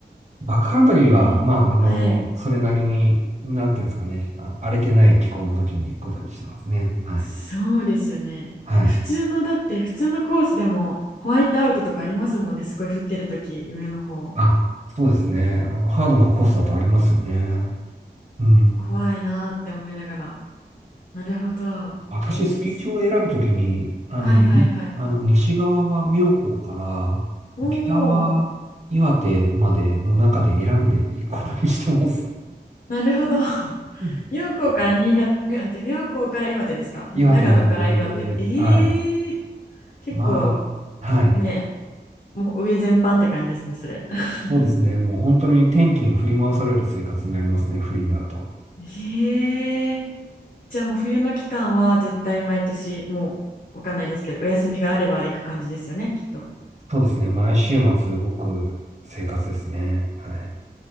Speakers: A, on the right; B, on the left.
A: バックカントリーは、
B: えーはい。
A: まあ、あの、それなりに、なんていうんですかね、あ、荒れてない気候の時に行くことにしてますね。はい。
B: そうですよね。
A: はい。
B: 普通のだって普通のコースでもホワイトアウトとかありますもんね。すごい降ってるとき上の方。
A: あ、そうですね。あの、ハードなコースだとありますよね。うん。
B: いや怖いなーって思いながら。なるほど。
A: 私、
B: えー、
A: スキー場を選ぶときに、
B: じゃあち
A: あの、
B: はいはいはい。
A: にあの、西側は妙高から、
B: おお、
A: 北は岩手までの中で選んでいくことにしてます。
B: なるほど。<laughs>
A: うん
B: 妙高から新潟、妙高妙高から岩手ですかに長野から岩手。
A: 岩手までの間で、
B: えー、
A: はい。
B: 結構
A: まあ、はい。
B: ね、もう上全般って感じですね、それ。<laughs>
A: そうですね。もう本当に天気に振り回される生活になりますね。冬になると。
B: ええじゃあもう冬の期間は絶対毎年もうわかんないですけどお休みがあれば行く感じですよねきっと。
A: そうですね。毎週末動く生活ですね。はい。